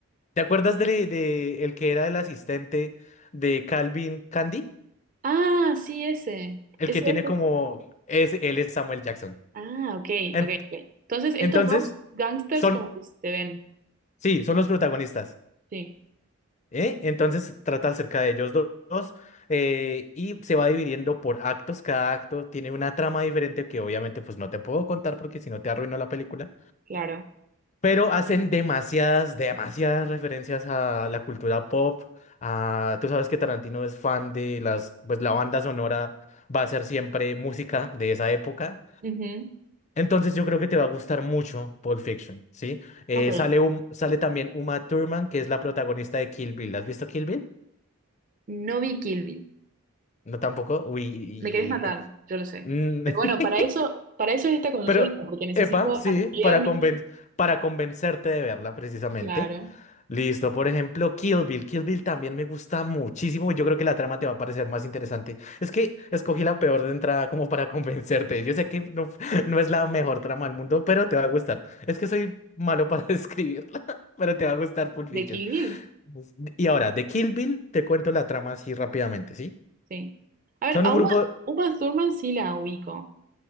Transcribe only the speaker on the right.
Ah, sí, ese.
Ese
es.
Ah, ok,
ok, ok. Entonces, estos
dos gangsters
como que se ven.
Sí,
claro.
Ujú,
Ok.
No vi Kill Bill.
Me querés matar, yo lo sé.
Pero
bueno, para eso, para eso es esta consulta,
porque necesito
ampliar
mi...
Claro,
de Kill Bill,
sí. A ver,
a
Uma, Uma Thurman sí la ubico.